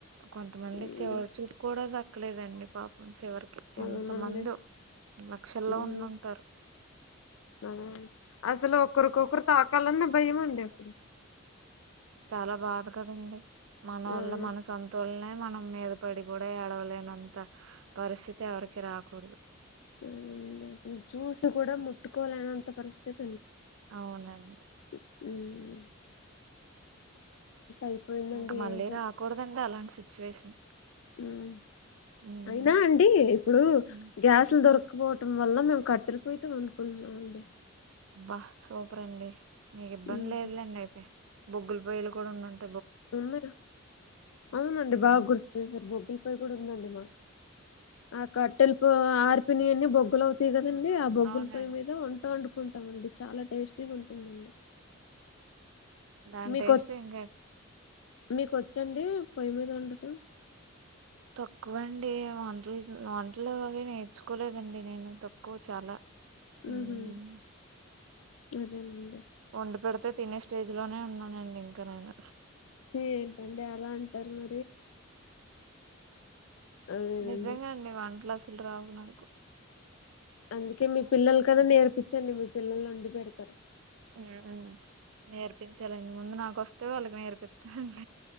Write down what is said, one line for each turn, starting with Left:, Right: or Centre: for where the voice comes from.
Right: కొంతమందికి
Left: ఉమ్
Right: చివరి చూపు కూడా దక్కలేదండి పాపం చివరికి
Left: అవునండి
Right: ఎంత మందో లక్షల్లో
Left: ఉమ్
Right: ఉండింటారు
Left: అదే అసలు ఒకరికొకరు తాకాలన్న భయ ఆ
Right: చాలా బాధ కదండి మన
Left: అవును
Right: వల్ల మన సంతోలనే మన మీద పడి కూడా ఏడవలేనంత పరిస్థితి ఎవరికి రాకూడదు
Left: అ అసలు చూసి కూడా ముట్టుకోలేనంత పరిస్థితి
Right: అవునండి
Left: హ్మ్మ్ అయిపోయిందండి
Right: ఇంకా మళ్ళీ
Left: ఏం
Right: రాకూడదండి అలాంటి సిచ్యువేషన్
Left: హ్మ్మ్
Right: ఉమ్,
Left: అయినా అండి ఇప్పుడు
Right: ఉమ్.
Left: గ్యాస్లు దొరకపోవటం వల్ల మేము కట్టెలిపోయి వండుకున్నామండి
Right: అబ్బా సూపర్ అండి నీకు ఇబ్బంది
Left: ఉమ్
Right: లేదులేండి అయితే బొగ్గులు పొయ్యలు కూడా ఉండంటాయి
Left: ఉంది అవునండి
Right: మ్మ్
Left: బాగా గుర్తు చేసారు బొగ్గులపొయ్యి కూడా ఉందండి మాకు ఆ కట్టెల ప ఆర్పిని అన్నీ బొగ్గులు అవుతాయి కదండీ ఆ బొగ్గుల
Right: అవునండి
Left: పొయ్య మీద వంట వండు కుంటం అనుకుంటామండి చాలా టేస్టీగా ఉంటుందండి
Right: దాని
Left: మీకొచ్చ
Right: టేస్ట్ ఇంకా
Left: మీకొచ్చండి పొయ్యి మీద వండటం
Right: తక్కువ అండి వంటలు వంటలు అవి నేర్చుకోలేదండి నేను తక్కువ చాలా మ్మ్
Left: ఉహూ మరేమండి
Right: వండి పెడితే తినే స్టేజ్ లోనే ఉన్నానండి ఇంకా నేను
Left: ఏంటండి అలా అంటారు మ అదేనండి
Right: నిజంగా అండి వన్ ప్లస్ రావు నాకు
Left: అందుకే మీ పిల్లలు కన్నా నేర్పించండి మీ పిల్లలు వండి పెడతారు
Right: ఆ నేర్పించాల ఇంత ముందు నాకు వస్తే వాళ్ళకి నేర్పిస్తాండి